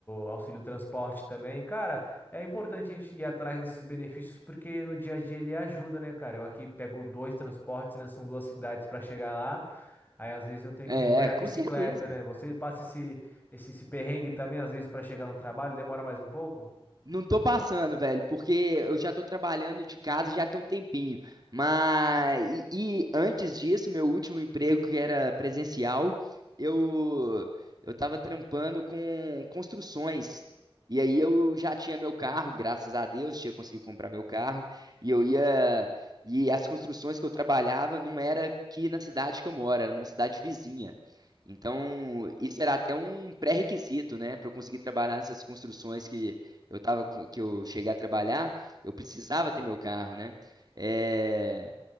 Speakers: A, on the left; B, on the right.
A: auxílio transporte também. E, cara, é importante a gente ir atrás desses benefícios porque no dia a dia ele ajuda, né, cara? Eu aqui pego dois transportes, né? São duas cidades para chegar lá. Aí às vezes eu tenho
B: É,
A: que recorrer à
B: com
A: bicicleta,
B: certeza,
A: né?
B: velho.
A: Você passa esse, esse, esse perrengue também, às vezes, para chegar no trabalho, demora mais um pouco?
B: Não tô passando, velho, porque eu já tô trabalhando de casa já tem um tempinho. Mas e, e antes disso, meu último emprego que era presencial, eu eu tava trampando com construções. E aí eu já tinha meu carro, graças a Deus, tinha conseguido comprar meu carro, e eu ia e as construções que eu trabalhava não era aqui na cidade que eu moro, era numa cidade vizinha. Então, isso era até um pré-requisito, né, para eu conseguir trabalhar nessas construções que eu tava com- que eu cheguei a trabalhar, eu precisava ter meu carro, né? É,